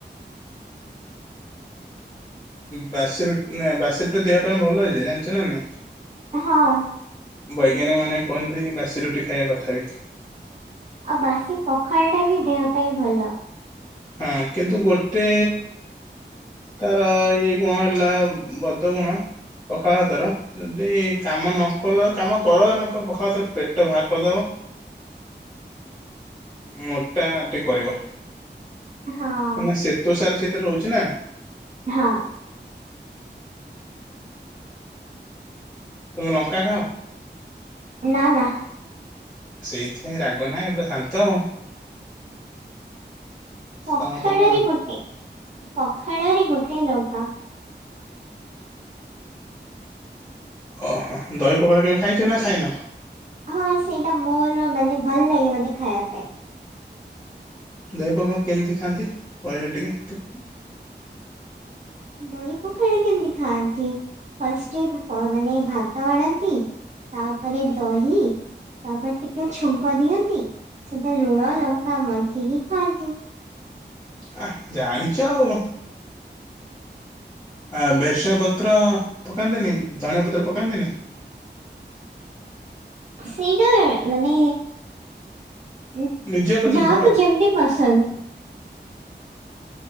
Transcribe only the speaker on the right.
ହଁ!
ଆଉ ବାସି ପଖାଳଟା ବି ଦେହ ପାଇଁ ଭଲ।
ହଁ
ହଁ!
ନା ନା।
ପଖାଳରେ
ଗୋଟେ ପଖାଳରେ ଗୋ ଟେ ଲଙ୍କା।
ହଁ ସେଇଟା ମୋର ମାନେ ଭଲ୍ ଲାଗେ ମୋତେ ଖାଇବା ପାଇଁ।
ଦହି ପଖାଳ କେମିତି ଖାଆନ୍ତି? ଫାଷ୍ଟେଳ ପ ମାନେ ଭାତ ଆଣନ୍ତି ତାପରେ ଦହି ତାପରେ ଟିକେ ଛୁଙ୍କ ଦିଅନ୍ତି ସେଥିରେ ଲୁଣ ଲଙ୍କା ମଣ୍ଥିକି ଖାଆନ୍ତି।
ସେଇଟା ମାନେ ଉଁ
ଯାହାକୁ ଯେମ୍ତି ପସନ୍ଦ।